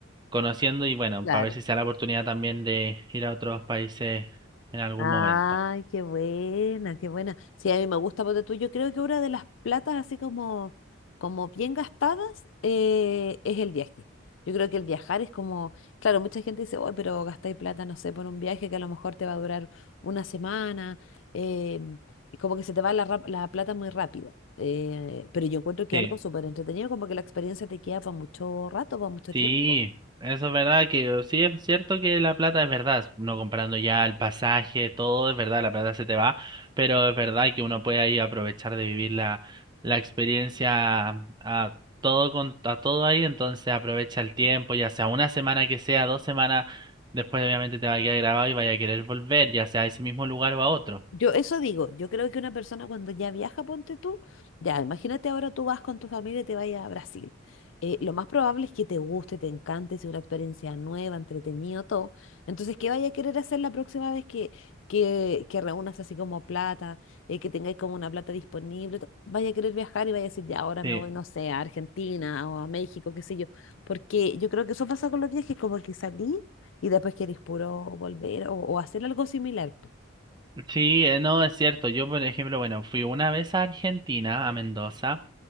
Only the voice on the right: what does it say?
conociendo y bueno,
para ver si se da la oportunidad también de ir a otros países en algún
momento.
Sí,
sí,
eso es verdad que sí es cierto que la plata es verdad, uno comprando ya el pasaje, todo es verdad, la plata se te va, pero es verdad que uno puede ahí aprovechar de vivir la, la experiencia a todo con, a todo ahí, entonces aprovecha el tiempo, ya sea una semana que sea, dos semanas, después obviamente te va a quedar grabado y vaya a querer volver, ya sea a ese mismo lugar o a otro.
Sí.
Sí, eh, no, es cierto. Yo, por ejemplo, bueno, fui una vez a Argentina, a Mendoza,